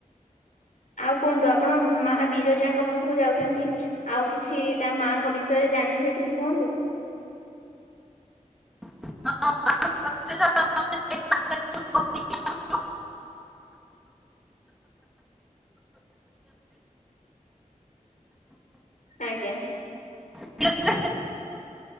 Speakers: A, on the left; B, in the centre.
A: ଆଉ କୁଅନ୍ତୁ ଆପଣ ମା ବିରଜାଙ୍କ ପାଖକୁ ଯାଉଚନ୍ତି ଆଉ କିଛି ତା ମାଆଙ୍କ ବିଷୟରେ ଜାଣିଥିବେ କିଛି କୁହନ୍ତୁ।
B: ହଁ <unintelligible>
A: ଆଜ୍ଞା।
B: <unintelligible>